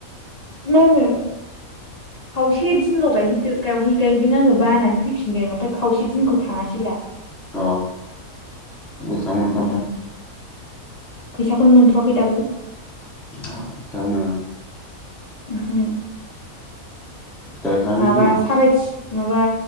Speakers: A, on the left; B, in the centre.
A: मा होनो खावसे दिनल गायहैदो गावहै गायहैदों आङो बानानै फैफिनदों ओमफाय खावसे दिनखौ थाङासैब्रा
B: अ बेसेबां मोनखो ओमफ्राय
A: ओम फैसाखौनो मोनथवाखै दाबो
B: आ दाबो मोना
A: ओहो
B: गायखाङाखै
A: माबा
B: खोमा
A: सारायथि <inaudible> माबा